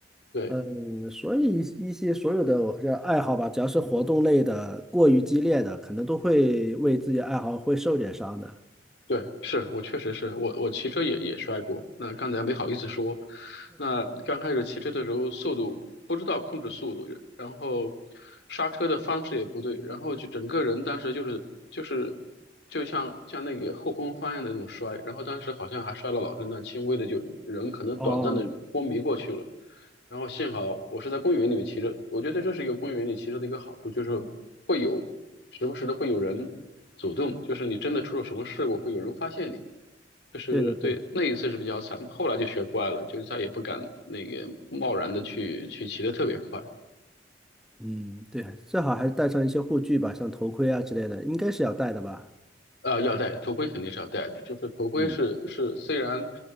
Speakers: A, on the left (about 65°); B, in the centre.
A: 对，
B: 嗯，所以一一些所有的我叫爱好吧，只要是活动类的，过于激烈的，可能都会为自己爱好会受点伤的。
A: 对，是我确实是我我骑车也也摔过，那刚才没好意思说。那刚开始骑车的时候，速度不知道控制速度，然后刹车的方式也不对，然后就整个人当时就是就是就像像那个后空翻一样的那种摔，然后当时好像还摔了脑震荡，轻微的就人可能短暂的昏迷过去了。
B: 哦，
A: 然后幸好我是在公园里面骑车，我觉得这是一个公园里骑车的一个好处，就是会有时不时的会有人走动，就是你真的出了什么事故，会有人发现你。就是对那一次是比较惨，
B: 对对对，
A: 后来就学乖了，就再也不敢那个贸然的去去骑的特别快。
B: 嗯，对，最好还是带上一些护具吧，像头盔啊之类的，应该是要带的吧。
A: 呃，要戴头盔肯定是要戴的，就是头盔是是虽然，
B: 嗯，